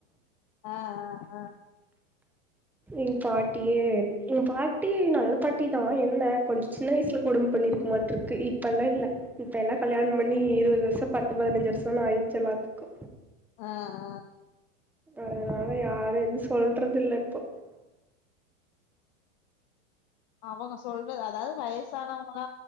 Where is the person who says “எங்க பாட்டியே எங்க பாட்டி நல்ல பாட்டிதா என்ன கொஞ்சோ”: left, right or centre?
Centre